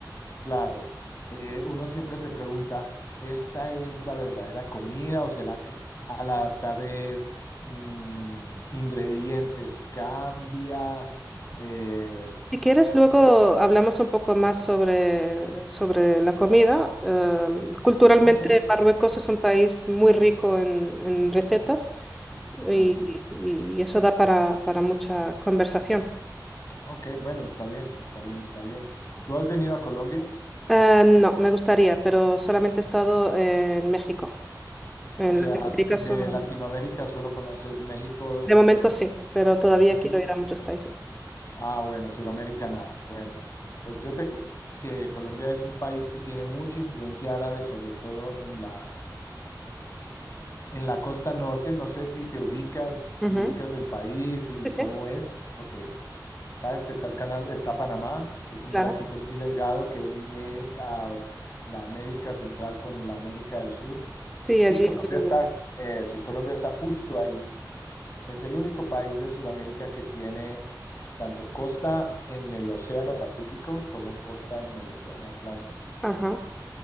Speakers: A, on the left (about 40°); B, in the centre.
A: claro, eh, uno siempre se pregunta, ¿esta es la verdadera comida o será que al adaptar eh, mm, ingredientes cambia? Eh,
B: Si quieres, luego
A: ¿cómo?
B: hablamos un poco más sobre, sobre la comida. Eh, culturalmente,
A: ok,
B: Marruecos es un país muy rico en, en recetas y,
A: así es.
B: y eso da para, para mucha conversación.
A: Ok, bueno, está bien, está bien, está bien. ¿Tú has venido a Colombia?
B: Eh, no, me gustaría, pero solamente he estado en México. En
A: O sea,
B: Latinoamérica
A: de
B: solo.
A: Latinoamérica solo conoces México.
B: De momento sí, pero todavía
A: En su-
B: quiero ir a muchos países.
A: Ah, bueno, Suramérica nada. Bueno, pues yo te cuento que Colombia es un país que tiene mucha influencia árabe, sobre todo en la, en la costa norte. No sé si te ubicas,
B: Ujú.
A: si ubicas el país y
B: Sí, sí,
A: cómo es. Ok. Sabes que está el canal, está Panamá, que es un
B: claro.
A: bracito muy delgado que une la, la América Central con la América del Sur.
B: Sí, allí.
A: Y Colombia
B: el-
A: está, eso, y Colombia está justo ahí. Es el único país de Sudamérica que tiene tanto costa en el Océano Pacífico como costa en el Océano Atlántico.
B: Ajá.